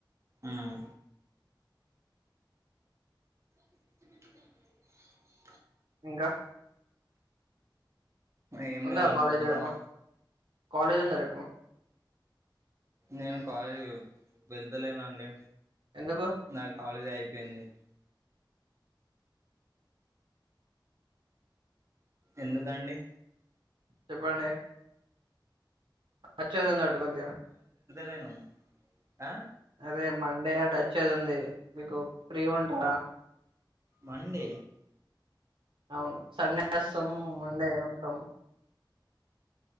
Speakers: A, on the right; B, on the right.
A: మ్మ్ త కది ఉన్నా
B: ఇంకా
A: ఏం
B: ఉందా
A: లేదండి
B: కాలేజ్
A: తింటాన
B: రేపు కాలేజ్ ఉందా రేపు
A: నేను కాలేజ్ వెళ్తలేనండి
B: ఎందుకు
A: నాది కాలేజీ అయిపోయింది ఎందుకు అండి
B: చెప్పండి అచ్చేది ఉంది అటుగా కొద్దిగా
A: లేను ఆ
B: అదే మండే అటు అచ్చేది ఉంది. మీకు ఫ్రీ ఉంటదా
A: రండి
B: అవును సండే వస్తాం మండే ఉంటాం.